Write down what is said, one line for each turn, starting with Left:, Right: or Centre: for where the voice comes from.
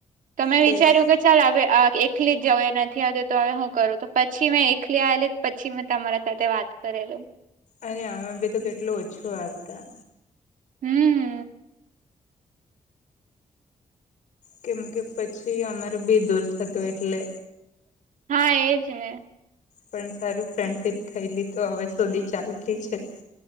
Right: તમે
Left: તેજ
Right: વિચાર્યું કે. ચાલ હવે એકલી જ જવ એ નથી આવું તો હવે હું કરું તો પછી મેં એકલી આવેલી. પછી મેં તમારા સાથે વાત કરેલુ
Left: અરે અમે બી તો કેટલું ઓછું આવતા.
Right: હમ્મ
Left: કેમ કે પછી અમારું બી દૂર થતું એટલે.
Right: હા એ છે ને.
Left: પણ સારું ફ્રેન્ડશીપ થયેલી તો હવે સુધી ચાલતી છે.